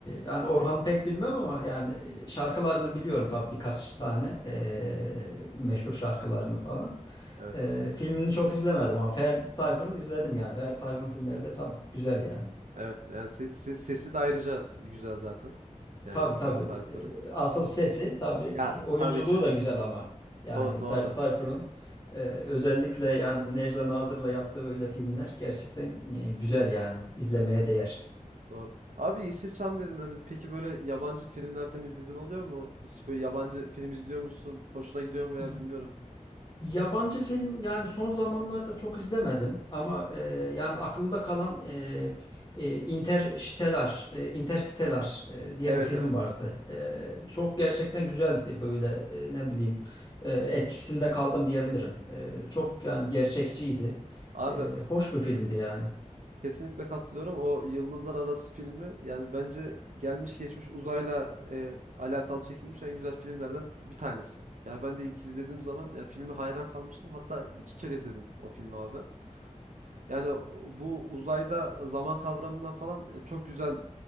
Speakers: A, on the left; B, on the right.
A: yani Orhan'ı pek bilmem ama yani şarkılarını biliyorum tabii birkaç tane e, meşhur şarkılarını falan.
B: Evet.
A: E, filmini çok izlemedim ama Ferdi Tayfur'un izledim yani. Ferdi Tayfur'un filmleri de tabii güzel yani.
B: Evet. Yani se- se- sesi de ayrıca güzel zaten. Yani
A: Tabii
B: Ferdi
A: tabii.
B: Tayfur'un.
A: Ee, Asıl sesi tabii
B: Yani
A: <laughs> oyunculuğu
B: tabii ki.
A: da güzel ama. Yani
B: Do- doğru.
A: Ferdi Tayfur'un e, özellikle yani Necla Nazır'la yaptığı böyle filmler gerçekten e, güzel yani. İzlemeye
B: Hmm,
A: değer.
B: doğru. Abi Yeşilçam dedin hani peki böyle yabancı filmlerden izlediğin oluyor mu? Hiç böyle yabancı film izliyor musun? Hoşuna gidiyor mu veya
A: İyi,
B: bilmiyorum.
A: Yabancı film yani son zamanlarda çok izlemedim ama e, yani aklımda kalan e, e, Interstellar, e, Interstellar e, diye
B: Evet
A: bir film
B: evet.
A: vardı. E, çok gerçekten güzeldi böyle e, ne bileyim e, etkisinde kaldım diyebilirim. E, çok yani gerçekçiydi.
B: Abi
A: E, hoş bir filmdi yani.
B: Kesinlikle katılıyorum. O Yıldızlar Arası filmi yani bence gelmiş geçmiş uzayla e, alakalı çekilmiş en güzel filmlerden bir tanesi. Yani ben de ilk izlediğim zaman yani filme hayran kalmıştım. Hatta iki kere izledim o filmi abi ben. Yani o- bu uzayda zaman kavramından falan e, çok güzel